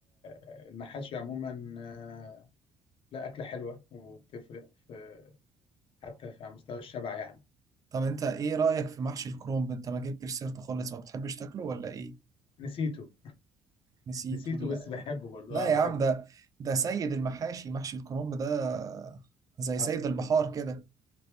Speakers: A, on the left; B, on the right.
A: المحاشي عموما آه، لا اكله حلوه وبتفرق في حتى في على مستوى الشبع يعني
B: طب انت ايه رأيك في محشي الكرنب انت ما جبتش سيرته خالص ما بتحبش تاكله ولا ايه
A: نسيته
B: نسيت
A: نسيته
B: ولا
A: بس بحبه برضه
B: لا
A: اه
B: يا
A: بحبه
B: عم ده ده سيد المحاشي محشي الكرنب ده زي سيد
A: حصل
B: البحار كده